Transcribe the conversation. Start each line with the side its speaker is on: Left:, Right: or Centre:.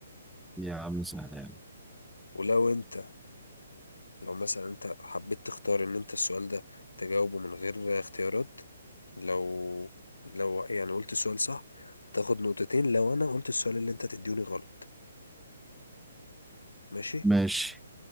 Centre: يا عم سهلة يا عم
Left: ولو انت لو مثلا انت حبيت تختار ان انت السؤال ده تجاوبه من غير اختيارات لو لو يعني قلت السؤال صح تاخد نقطتين لو انا قلت السؤال اللي انت تديوني غلط ماشي
Centre: ماشي